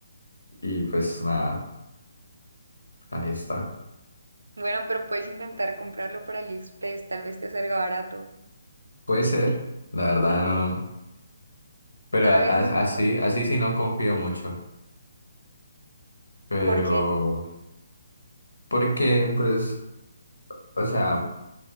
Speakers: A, on the left; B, on the right.
A: Y pues nada, ahí está.
B: Bueno, pero puedes intentar comprarlo por AliExpress, tal vez te salga barato.
A: Puede ser, la verdad no. Pero
B: ¿No
A: a-
B: lo habías
A: a-
B: buscado?
A: así, así sí no confío mucho. Pero
B: Porque
A: porque pues, o sea,